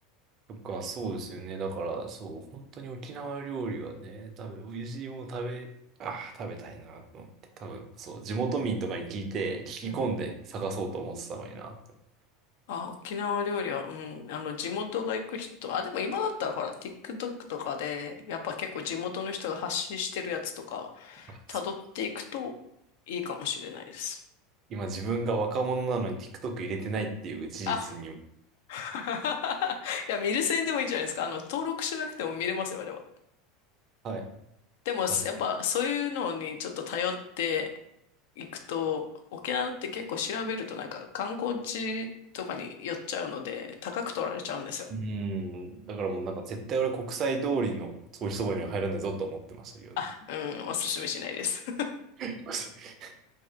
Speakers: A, on the right; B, on the left.
A: そっか、そうですよね。だから、そう、本当に沖縄料理はね、多分、美味しいもの食べ、ああ、食べたいなと思って、多分、そう、地元民とかに聞いて、聞き込んで探そうと思ってたのになって思っ
B: うんあ、沖縄料理は、うん、あの、地元が行く人、あ、でも今だったらほら、TikTok とかで、やっぱ結構地元の人が発信してるやつとか、
A: た。
B: 辿っていくといいかもしれないです。
A: そう今、自分が若者なのに TikTok 入れてないっていう事実に。
B: あ、<laughs> いや、見る専でもいいんじゃないですか。あの、登録しなくても見れますよ、あれは。
A: はいはい。
B: でも、
A: なるほど。
B: やっぱそういうのにちょっと頼っていくと、沖縄って結構調べるとなんか観光地とかに寄っちゃうので、高く取られちゃうんですよ。
A: うん。だからもうなんか絶対俺国際通りのソーそばには入らないぞとは思ってましたけどね。
B: あ、うん、おすすめしないです。
A: <laughs>